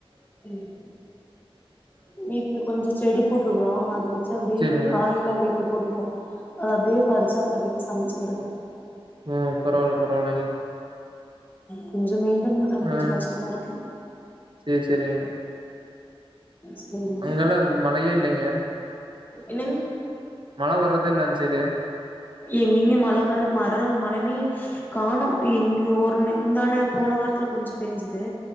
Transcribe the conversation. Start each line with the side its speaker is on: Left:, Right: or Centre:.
Left: உம் வீட்ல கொஞ்சம் செடி போட்ருக்குறோம் அத வச்சு அப்டியே
Right: சேரிங்க.
Left: காயல்லாம் வீட்ல போட் போட்டுப்போம் அத அப்டியே பறிச்சு, அப்போதைக்கு சமச்சு சிரனும்
Right: அஹ் பரவாயில்ல, பரவாயில்லங்க.
Left: கொஞ்சம் மெயின்டென் பண்றதா, கொஞ்சம்
Right: ஆ
Left: கஷ்டமா இருக்கு.
Right: சேரி செரிங்க
Left: சரிங்க
Right: அங்கெல்லாம் மழையே இல்லைங்க.
Left: என்னங்க
Right: மழ வர்றது இல்ல அந் சைடு
Left: எங்கெங்க மழை வர மர மழமே காணும் எங்க ஒரு முந்தானே போன வாரத்துல கொஞ்சம் பேஞ்சுது